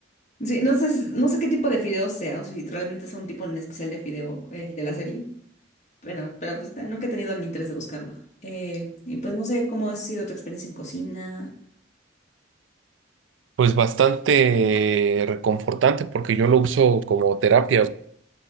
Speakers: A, on the left (about 40°); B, on the right (about 70°).
A: Sí, no sé, no sé qué tipo de fideos sea, o si realmente es un tipo en especial de fideo el de la serie. Bueno, pero pues eh, nunca he tenido el interés de buscarlo. Eh, y pues no sé cómo ha sido tu experiencia en cocina.
B: Pues bastante reconfortante porque yo lo uso como terapia.